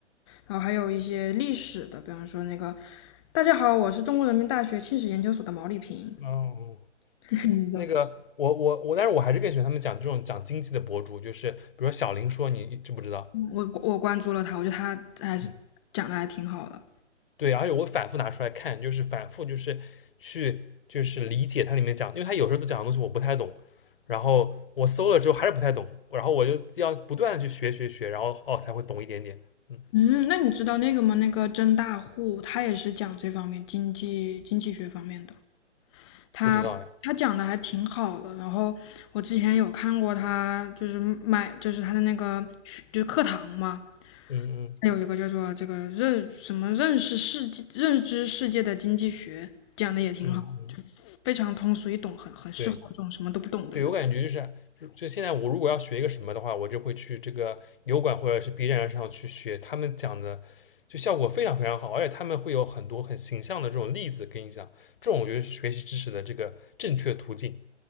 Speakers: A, on the left; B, on the left.
A: 然后还有一些历史的，比方说那个“大家好，我是中国人民大学清史研究所的毛丽萍”，
B: 哦，哦
A: <laughs> 你知道他，
B: 那个我我我，但是我还是更喜欢他们讲这种讲经济的博主，就是比如说小林说，你知不知道？
A: 我我关注了他，我觉得他还是讲的还挺好的。
B: 嗯，对，而且我反复拿出来看，就是反复就是去就是理解它里面讲，因为它有时候都讲的东西我不太懂，然后我搜了之后还是不太懂，然后我就要不断的去学学学，然后哦才会懂一点点。嗯，
A: 嗯，那你知道那个吗？那个甄大户，他也是讲这方面经济经济学方面的。他他讲的还挺好的，
B: 不知道哎。
A: 然后我之前有看过他，就是买就是他的那个学就是课堂嘛，
B: 嗯嗯。
A: 他有一个叫做这个认什么认识世界认知世界的经济学，讲的也挺好，
B: 嗯嗯，
A: 就非常通俗易懂，很很适合这种什么都不懂的人。
B: 对对，我感觉就是就就现在我如果要学一个什么的话，我就会去这个油管或者是 B 站上去学他们讲的，就效果非常非常好，而且他们会有很多很形象的这种例子跟你讲，这种我觉得是学习知识的这个正确途径。